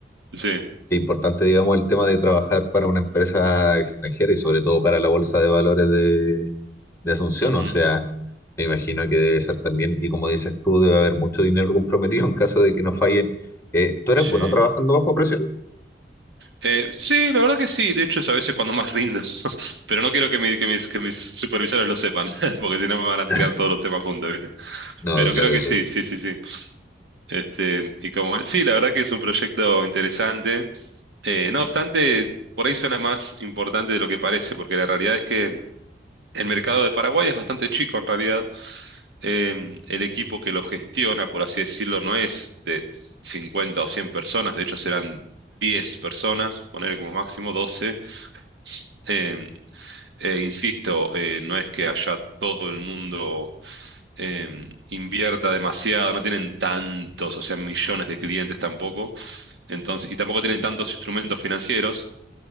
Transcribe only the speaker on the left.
que importante, digamos, el tema de trabajar para una empresa extranjera y sobre todo para la bolsa de valores de, de Asunción.
O sea, me imagino que debe ser también, y como dices tú, debe haber mucho dinero comprometido en caso de que no fallen. Eh, ¿tú eres
bueno trabajando bajo presión?
<clears throat>
No,
claro,
claro.